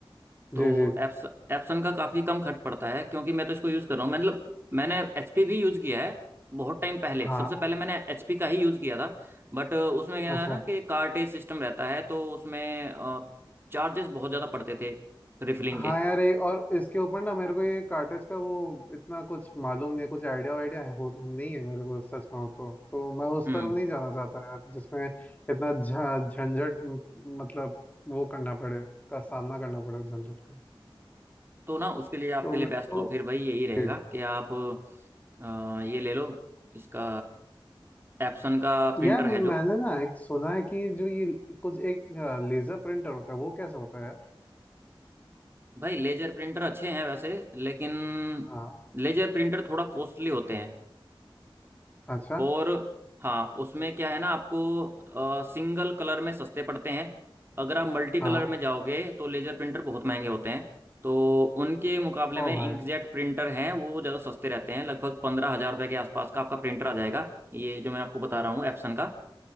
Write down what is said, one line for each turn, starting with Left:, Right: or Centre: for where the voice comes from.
Right: तो
Left: जी जी
Right: एप्स एप्सन का काफ़ी कम खर्च पड़ता है क्योंकि मैं तो इसको यूज़ कर रहा हूँ मतलब मैंने एचपी भी यूज़ किया है बहुत टाइम पहले
Left: हाँ
Right: सबसे पहले मैंने एचपी का ही यूज़ किया था बट उसमें क्या
Left: अच्छा
Right: है ना कि कार्टेज सिस्टम रहता है तो उसमें चार्जेस बहुत ज़्यादा पड़ते थे रिफिलिंग
Left: हाँ
Right: के
Left: यार ये और इसके ऊपर ना मेरे को ये कार्टेज का वो इतना कुछ मालूम नहीं है कुछ आइडिया वाइडिया है हो, नहीं है मेरे को सच कहूँ तो तो मैं उस
Right: हम्म
Left: तरफ नहीं जाना चाहता यार जिसमें इतना झ- झंझट म- मतलब वो करना पड़े का सामना करना पड़े झंझट का
Right: तो ना उसके लिए आपके
Left: तो
Right: लिए
Left: मेरे
Right: बेस्ट
Left: को
Right: तो फिर भाई यही रहेगा
Left: जी
Right: कि आप अ, ये ले लो इसका एप्सन का प्रिंटर
Left: यार
Right: है जो
Left: मैंने ना एक सुना है कि जो ये कुछ एक लेजर प्रिंटर होता है वो कैसा होता है यार
Right: भाई लेजर प्रिंटर अच्छे हैं वैसे लेकिन
Left: हाँ
Right: लेजर प्रिंटर थोड़ा कॉस्टली होते हैं
Left: अच्छा
Right: और हाँ उसमें क्या है ना आपको सिंगल कलर में सस्ते पड़ते हैं अगर आप मल्टी कलर
Left: हाँ
Right: में जाओगे तो लेजर प्रिंटर बहुत महंगे होते हैं तो उनके मुकाबले
Left: ओ
Right: में
Left: भाई
Right: इंकजेट प्रिंटर हैं वो ज़्यादा सस्ते रहते हैं लगभग पंद्रह हज़ार रुपये के आसपास का आपका प्रिंटर आ जाएगा ये जो मैं आपको बता रहा हूँ एप्सन का